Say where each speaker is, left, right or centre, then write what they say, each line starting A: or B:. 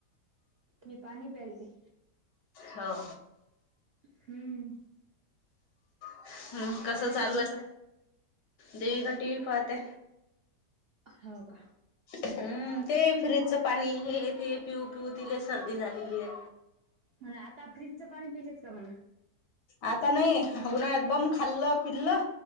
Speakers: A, on the right; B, on the left.
A: मी पाणी प्यालते.
B: हो.
A: हम्म.
B: हम्म
A: काय
B: कसं
A: करायला
B: चालू
A: देवी
B: आहे?
A: का
B: देविका टीव्ही पाहत्या.
A: हो का?
B: हम्म, ते फ्रीजच पाणी हे ते पिऊ पिऊ, तिले सर्दी झालेली आहे.
A: हां आता फ्रीजचं पाणी पितेत का म्हणा.
B: आता नाही, उन्हाळ्यात बम खाल्लं पिल्लं.